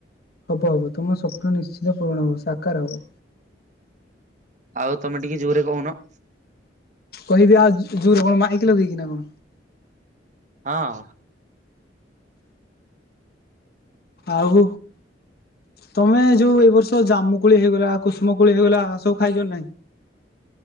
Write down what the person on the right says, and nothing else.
ଆଉ ତମେ ଟିକେ ଜୋରେ କହୁନ।
ହଁ।